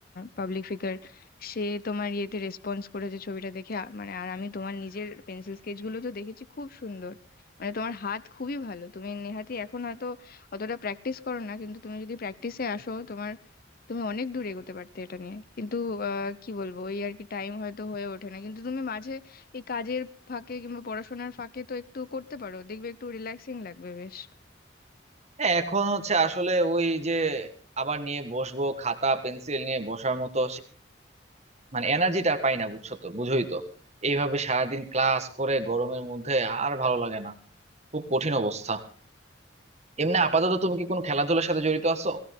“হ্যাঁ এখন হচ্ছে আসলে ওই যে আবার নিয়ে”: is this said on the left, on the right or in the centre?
Right